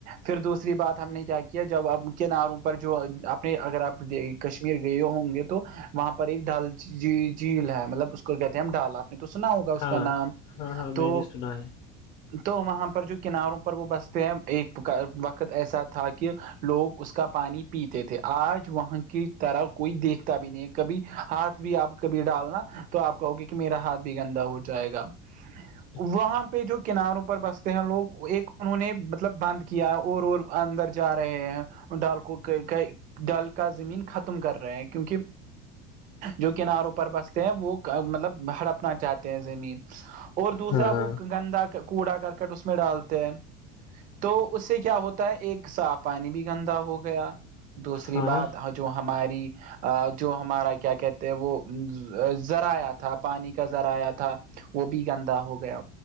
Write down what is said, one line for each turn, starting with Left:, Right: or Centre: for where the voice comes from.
Right: پھر دوسری بات ہم نے کیا کیا جب آپ کناروں پر جو اپنے اگر آپ کشمیر گئے ہوں گے تو وہاں پر ایک ڈھال ج جھیل ہے مطلب اس کو کہتے ہیں ہم ڈھالا تو سنا ہوگا اس
Left: ہاں
Right: کا نام
Left: ہاں ہاں
Right: تو
Left: میں نے سنا ہے
Right: تو وہاں پر جو کناروں پر وہ بستے ہیں ایک وقت ایسا تھا کہ لوگ اس کا پانی پیتے تھے آج وہاں کی طرح کوئی دیکھتا بھی نہیں کبھی ہاتھ بھی آپ کبھی ڈالنا تو آپ کہو گے کہ میرا ہاتھ بھی گندا ہو جائے گا
Left: <inaudible>
Right: وہاں پہ جو کناروں پر بستے ہیں لوگ ایک انہوں نے مطلب بند کیا اور اور اندر جا رہے ہیں ڈال کو دل کا زمین ختم کر رہے ہیں کیونکہ جو کناروں پر بستے ہیں وہ مطلب ہڑپ نا چاہتے ہیں زمین اور دوسرا
Left: ہاں
Right: وہ گندا کوڑا کرکٹ اس میں ڈالتا تو اس سے کیا ہوتا ہے ایک صاف پانی بھی گندا ہو گیا دوسری
Left: ہاں
Right: بات جو ہماری جو ہمارا کیا کہتے ہیں وہ ذرائع تھا پانی کا ذرائع تھا وہ بھی گندا ہو گیا